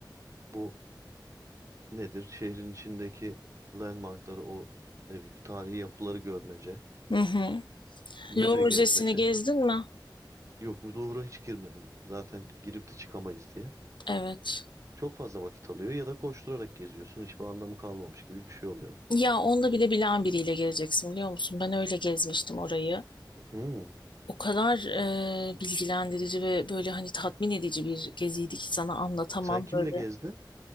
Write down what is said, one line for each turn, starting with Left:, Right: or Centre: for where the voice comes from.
Right: Bu nedir? Şehrin içindeki landmarkları o ne bileyim tarihi yapıları görmece,
Left: Hı hı.
Right: müze
Left: Louvre
Right: gezmece.
Left: Müzesi'ni gezdin mi?
Right: Yok Louvre'a hiç girmedim. Zaten girip de çıkamayız diye.
Left: Evet.
Right: Çok fazla vakit alıyor ya da koşturarak geziyorsun. Hiçbir anlamı kalmamış gibi bir şey oluyor.
Left: Ya onda bile bilen biriyle geleceksin biliyor musun? Ben öyle gezmiştim orayı.
Right: Hmm.
Left: O kadar e, bilgilendirici ve böyle hani tatmin edici bir geziydi ki sana anlatamam
Right: Sen kimle
Left: böyle.
Right: gezdin?